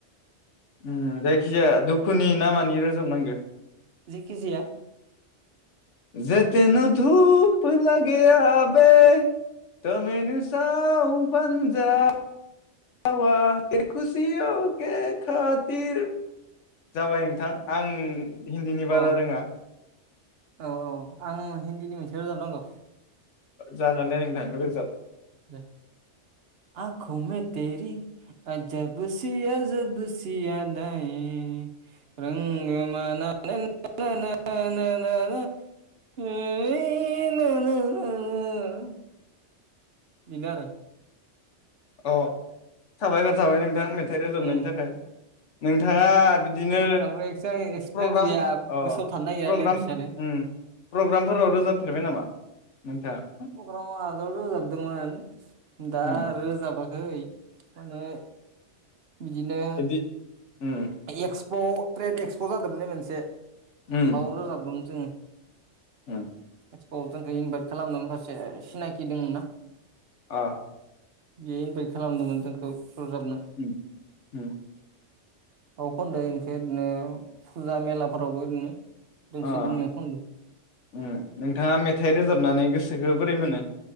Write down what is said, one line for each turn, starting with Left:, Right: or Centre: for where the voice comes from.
Left: उम जायखिजाया दुखुनि ना मानि रोजाबनांगो?
Right: जेखि जाया
Left: जे तेनु धुप लागाया बे ता मैेनु साव बनजा हावा देरखुसियावखे खाथिर जाबाय नोंथां आं हिन्दीनि बारा
Right: अ
Left: रोङा
Right: औ औ आं हिन्दीनि मोनसे रोजाब नांगौ?
Left: जागोन दे नोंथां रोजाब ।
Right: दे, आखुु मे तेरि आजब सिया ज सया <unintelligible> बिनो आरो।
Left: अ' साबायगर थाबाय नोंथां मे थाइ रोजाबनायनि
Right: उम
Left: थाखाय। नोंथाङा बिदिनो,
Right: आंनावबो एक्सां एक्सपिरियेन्स
Left: प्रग्राम
Right: गैया
Left: अ'
Right: गोसोआव थानो नागिरा
Left: प्रग्राम
Right: लिरिक्सआनो
Left: उम प्रग्रामफोराव रोजाबफेरबाय नामा? मोनो थाया?
Right: प्रग्रामाव आगोल रोजाबदोंमोन, दा
Left: उम
Right: आरो जाबाख हैै माने बिदिनो।
Left: बिदि उम
Right: एस प' ट्रेड एक्सप' जादोंमोनलै मोनसे।
Left: उम
Right: बाव रोजादों दों
Left: उम।
Right: एक्सप' आव जोंखौ इनभाइट खालामदोंमोन माखासे सिनायखि दंमोन ना।
Left: आ।
Right: बेयो इनभाइट खालामदोंमोन जोंखौ। रोजाबनो
Left: उम उम।
Right: अ' खनदों ओमफ्राय ओरैनो फुजा मेलाफोरावबो ओरैनो। दोंसे
Left: अ'
Right: दोंनै खनदो
Left: नोंथाङा मेथाइ रोजाबनानै गोसो गोसोखौ बोरै मोनो?